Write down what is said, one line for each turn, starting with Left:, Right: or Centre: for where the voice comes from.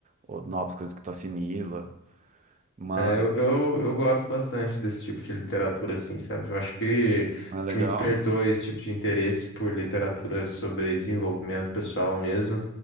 Right: Ou novas coisas que tu assimila, mas
Left: É, eu, eu, eu gosto bastante desse tipo de literatura, assim, sabe? Eu acho que
Right: não é legal?
Left: o que me despertou esse tipo de interesse por literatura sobre desenvolvimento pessoal mesmo